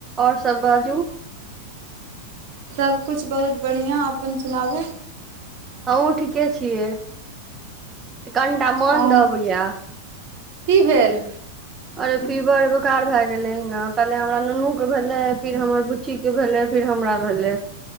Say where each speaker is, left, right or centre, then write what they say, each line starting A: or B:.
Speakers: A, on the right; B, on the right.
A: आओर सभ बाजू
B: सभकिछु बहुत बढ़िआँ अपन सुनाबू
A: हमहूँ ठीके छियै कनिटा मोन
B: अ
A: दब या
B: की भेल
A: अरे फीवर बेकार भए गेलै ह ने पहिले हमरा नुनू के भेलै फिर हमर बुच्ची के भेले फिर फिर हमरा भेलै